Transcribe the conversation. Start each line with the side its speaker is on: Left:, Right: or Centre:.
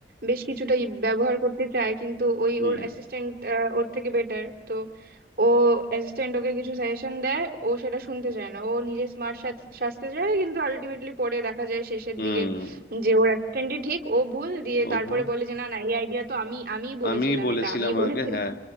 Right: বেশ কিছুটা ই- ব্যবহার করতে চায় কিন্তু ওই
Left: হুম
Right: ওর অ্যাসিস্ট্যান্ট ওর থেকে বেটার তো ও অ্যাসিস্ট্যান্ট ওকে কিছু সাজেশন দেয় ও সেটা শুনতে চায় না ও নিজে স্মার্ট সাজতে চায় কিন্তু আলটিমেটলি পরে দেখা যায় শেষের
Left: হুম
Right: দিকে যে ওর অ্যাসিস্ট্যান্টই ঠিক ও ভুল দিয়ে
Left: ও
Right: তারপরে
Left: ভোল
Right: বলে যে না না এই আইডিয়া তো আমি আমিই বলেছিলাম
Left: আমি বলেছিলাম
Right: এটা আমিই বলেছিলাম
Left: আগে হ্যাঁ